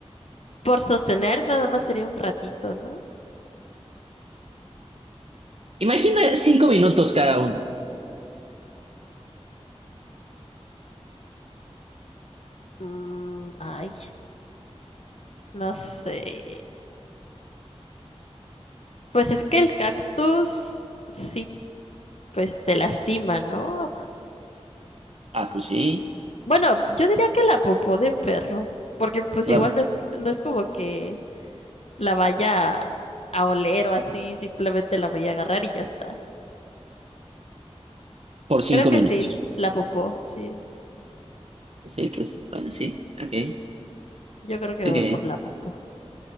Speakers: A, on the left; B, on the right.
A: Por sostener nada más sería un ratito, ¿no?
B: Imagina cinco minutos cada uno.
A: Mm, ay, no sé. Pues es que el cactus sí, pues te lastima, ¿no?
B: Ah, pues sí,
A: Bueno, yo diría que la popó de perro, porque pues
B: la,
A: igual no es, no es como que la vaya a oler o así, simplemente la voy a agarrar y ya está.
B: por cinco
A: Creo que
B: minutos.
A: sí, la popó, sí.
B: Pues Sí, pues bueno, sí. Ok,
A: Yo creo que
B: ok,
A: voy por la popó.